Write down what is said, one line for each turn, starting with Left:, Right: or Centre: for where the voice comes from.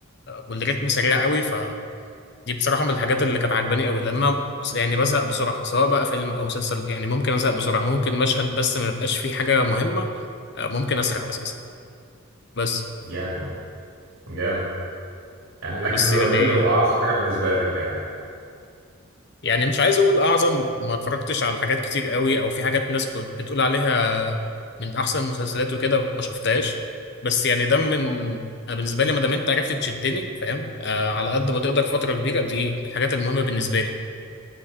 Left: والريتم سريع قوي فدي بصراحة من الحاجات اللي كانت عجباني قوي لأن أنا بس- يعني بزهق بسرعة سواء بقى فيلم أو مسلسل يعني ممكن أزهق بسرعة ممكن مشهد بس ما يبقاش فيه حاجة مهمة آه، ممكن أسرح أساسا بس
Right: جامد جامد يعني لا كاسا
Left: بس
Right: دي
Left: يعني
Right: بابيل هو اعظم حاجه بالنسبه لك يعني
Left: يعني مش عايز اقول اعظم ما اتفرجتش على حاجات كتير قوي او في حاجات ناس كنت بتقول عليها من احسن المسلسلات وكده ما شفتهاش بس يعني ده من انا بالنسبه لي ما دام انت عرفت تشدني فاهم آه على قد ما تقدر فتره كبيره دي الحاجات المهمه بالنسبه لي